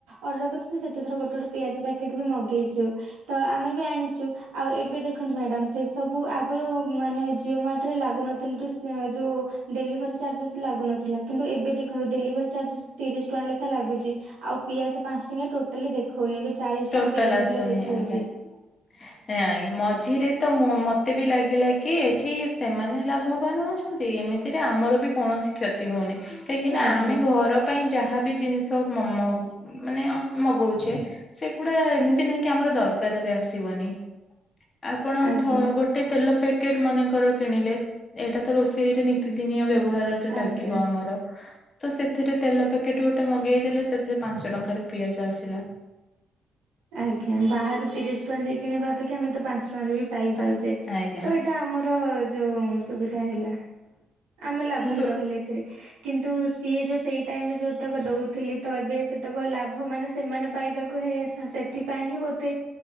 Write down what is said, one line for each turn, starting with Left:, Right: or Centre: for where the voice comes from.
Right: ଅର୍ଡ଼ର କରିୁଛି ସେତେ ଥର ଗୋଟେ ଗୋଟେ ପିଆଜ ପ୍ୟାକେଟ୍ ବି ମଗେଇଛୁ। ତ ଆମେ ବି ଆଣିଛୁ ଆଉ ଏବେ ଦେଖନ୍ତୁ ମ୍ୟାଡାମ ସେ ସବୁ ଆଗରୁ ମାନେ ଜିଓ ମାର୍ଟ ରେ ଲାଗୁନ ତାହଲେ ଯୋଉ ଡେଲିଭରି ଚାର୍ଜେସ୍ ଲାଗୁନଥିଲା କିନ୍ତୁ ଏବେ ଏବେ ଦେଖନ୍ତୁଡେଲିଭରି ଚାର୍ଜେସ୍ ତିରିଶ ଟଙ୍କା ଲେଖା ଲାଗୁଛି ଆଉ ପିଆଜ ପାଞ୍ଚ ଟଙ୍କା ଟୋଟାଲି ଦେଖଉନି ଏ ଚାଳିଶ
Left: ଟୋଟାଲ
Right: ଟଙ୍କା ପିଆଜ
Left: ଆସୁନି
Right: କିଲୋ ଦେଖଉନି
Left: ଆଜ୍ଞା। ନାଇଁ ମଝିରେ ତ ମତେ ବି ଲାଗିଲା କି ଏଠି ସେମାନେ ଲାଭବାନ ହଉଛନ୍ତି ଏମିତିରେ ଆମର ବି କୌଣସି କ୍ଷତି ହଉନି। କାହିଁକିନା
Right: ଆଜ୍ଞା
Left: ଆମେ ଘର ପାଇଁ ଯାହାବି ଜିନିଷ ମ ମାନେ ମଗଉଛେ ସେଗୁଡା ଏମିତି ନହିଁ କି ଆମର ଦରକାର କାରରେ ଆସିବନି ଆପଣଥ
Right: ଆଜ୍ଞା।
Left: ଗୋଟେ ଗୋଟେ ତେଲ ପ୍ୟାକେଟ ମନେକର କିଣିଲେ ଏଇଟା ତ ରୋଷେଇରେ ନିତିଦିନିଆ ବ୍ୟବହାର ଲ
Right: ଆଜ୍ଞା
Left: ଆମର ତ ସେଥିରେ ତେଲ ପ୍ୟାକେଟ ଗୋଟେ ମଗେଇଦଲେ ସେଥିରେ ପାଞ୍ଚ ଟଙ୍କା ରେ ପିଆଜ ଆସିଲା।
Right: ଆଜ୍ଞା ବାହାରୁ ତିରିଶ ଟଙ୍କା ଦେଇ କିଣିବା ଅପେକ୍ଷା ଆମେ ତ ପାଞ୍ଚ ଟଙ୍କାାରେ ବି ପାଇଯାଉଛେ
Left: ପା- ଆଜ୍ଞା
Right: ତ ଏଇଟା ଆମର ଯୋଉ ସୁବିଧା ହେଲା ଆମେ ଲାଭରେ
Left: କିନ୍ତୁ
Right: ରହିଲେ ଏଥିରେ କିନ୍ତ୍ ତୁ ସିଏ ଯୋଉ ସେଇ ଟାଇମ୍ ରେ ଯୋଉ ତକ ଦଉଥିଲି ତ ଏବେ ସେ ତାକ ଲାଭ ମାନେ ସେମାନେ ପାଇବାକୁ ହେଇ ଆସେ। ସେଥିପାଇଁ ହିଁ ବୋତେ